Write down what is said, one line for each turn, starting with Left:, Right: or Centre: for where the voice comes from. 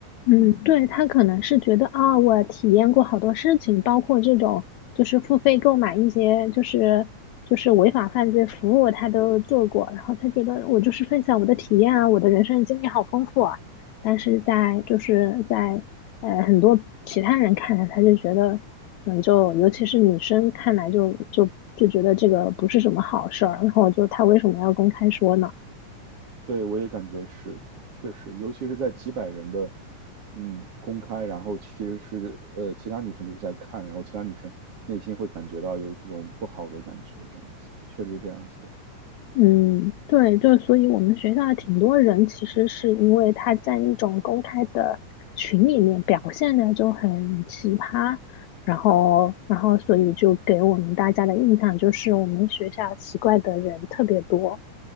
Left: 嗯，
Right: 嗯，
Left: 对，他可能是觉得啊，我体验过好多事情，包括这种就是付费购买一些就是就是违法犯罪服务，他都做过，然后他觉得我就是分享我的体验啊，我的人生经历好丰富啊。但是在就是在呃很多其他人看来，他就觉得可能就尤其是女生看来就就就觉得这个不是什么好事儿，然后就他为什么要公开说呢？
Right: 对，我也感觉是，确实，尤其是在几百人的嗯公开，然后其实是呃其他女生都在看，然后其他女生内心会感觉到有这种不好的感觉，这样子，确实这样子的。
Left: 嗯，对，就所以我们学校的挺多人其实是因为他在那种公开的群里面表现的就很奇葩，然后然后所以就给我们大家的印象就是我们学校奇怪的人特别多。